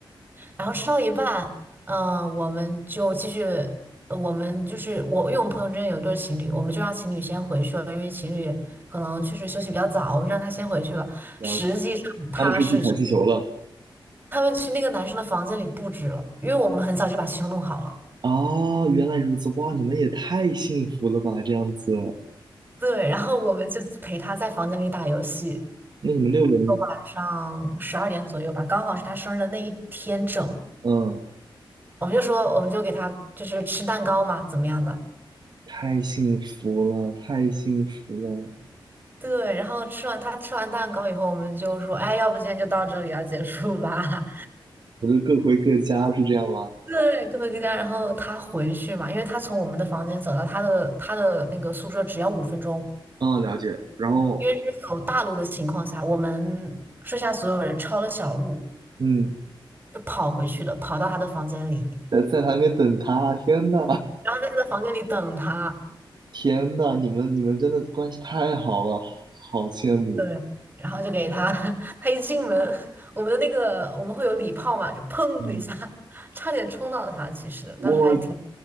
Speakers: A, on the right (about 20°); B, on the right (about 55°).
A: 然后吃到一半，嗯、我们就继续，呃我们就是我，因为我们朋友之间有一对情侣，我们就让情侣先回去了，因为情侣可能确实休息比较早，我们让他先回去了。
B: 然后
A: 实际上他是。
B: 他们是去踩气球了。
A: 他们去那个男生的房间里布置了，因为我们很早就把气球弄好了。
B: 啊，原来如此，哇，你们也太幸福了吧，这样子，
A: 对，然后我们就陪他在房间里打游戏，
B: 那你们六个人，
A: 晚上十二点左右吧，刚好是他生日的那一天整。
B: 嗯，
A: 我们就说，我们就给他就是吃蛋糕嘛，怎么样的？
B: 太幸福了，太幸福了，
A: 对，然后吃完他吃完蛋糕以后，我们就说，哎，要不今天就到这里啊，结束吧。
B: 我就各回各家，是这样吗？
A: <laughs> 对，各回各家。然后他回去嘛，因为他从我们的房间走到他的他的那个宿舍只要五分钟，
B: 嗯，了解。然后，
A: 因为是走大路的情况下，我们剩下所有人抄了小路，
B: 嗯，
A: 就跑回去的，跑到他的房间里，
B: 在在台面等他，天呐，
A: 然后在他的房间里等他。
B: <laughs> 天呐，你们你们真的关系太好了，好羡慕。
A: 对，然后就给他，<laughs> 他一进门，我们的那个我们会有礼炮嘛，就砰的一下，
B: 嗯，
A: 差点冲到他。其实当时还挺，
B: 我